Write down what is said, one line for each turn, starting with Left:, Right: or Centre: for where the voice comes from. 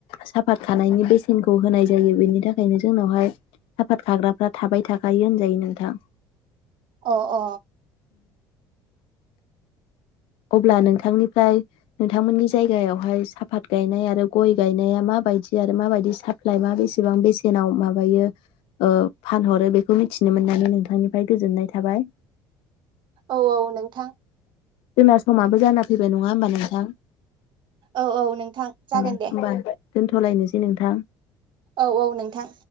Left: साफात खानायनि बेसेनखौ होनाय जायो बेनि थाखायनो जोंनावहाय साफात खाग्राफ्रा थाबाय थाखायो होनजायो नोंथां।
Right: अ अ।
Left: अब्ला नोंथांनिफ्राय नोंथांमोननि जायगायावहाय साफात गायनाय आरो गय गायनाया माबायदि आरो माबायदि साप्लाइ मा बेसेबां बेसेनाव माबायो फानहरो बेखौ मिथिनो मोननानै नोंथांनिफ्राय गोजोननाय थाबाय।
Right: औ औ नोंथां।
Left: जोंना समाबो जाना फैबाय नङा होमबा नोंथां?
Right: औ औ नोंथां जागोन
Left: होमबा
Right: दे
Left: दोनथ'लायनोसै नोंथां।
Right: औ औ नोंथां।